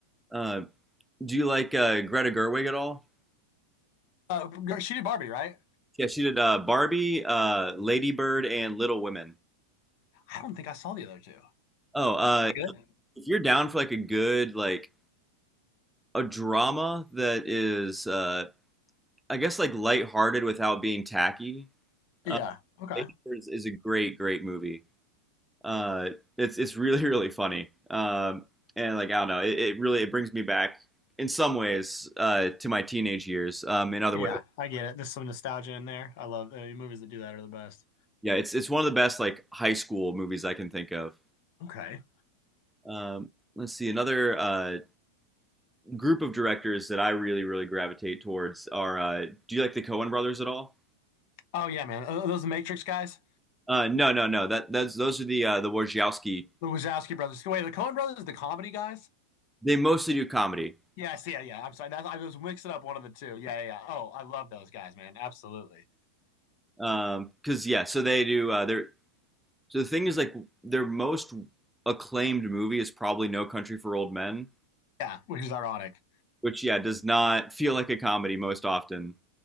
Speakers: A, in the centre; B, on the left.
A: Uh, do you like uh, Greta Gerwig at all?
B: Uh, she did Barbie, right?
A: Yeah, she did uh, Barbie, uh, Lady Bird, and Little Women.
B: I don't think I saw the other two.
A: Oh, uh,
B: Are they good?
A: if you're down for like a good like a drama that is, uh, I guess like lighthearted without being tacky,
B: Yeah.
A: uh,
B: Okay.
A: Lady Bird is, is a great great movie. uh, it's it's really <laughs> really funny. Um, and like I don't know, it, it really it brings me back in some ways uh, to my teenage years. Um, in other
B: Yeah,
A: ways,
B: I get it. There's some nostalgia in there. I love uh, movies that do that are the best.
A: yeah, it's it's one of the best like high school movies I can think of.
B: Okay.
A: Um, let's see, another uh, group of directors that I really really gravitate towards are. Uh, do you like the Coen Brothers at all?
B: Oh yeah, man. Are those the Matrix guys,
A: Uh, no, no, no. That that's those are the uh, the Wojciechowski.
B: the Wazowski brothers. Wait, the Coen brothers, the comedy guys.
A: They mostly do comedy.
B: Yes, yeah, yeah. I'm sorry. That's, I was mixing up one of the two. Yeah, yeah, yeah. Oh, I love those guys, man. Absolutely.
A: Um, cause yeah, so they do. Uh, they're So the thing is, like, their most acclaimed movie is probably No Country for Old Men,
B: Yeah, which is ironic.
A: which yeah does not feel like a comedy most often.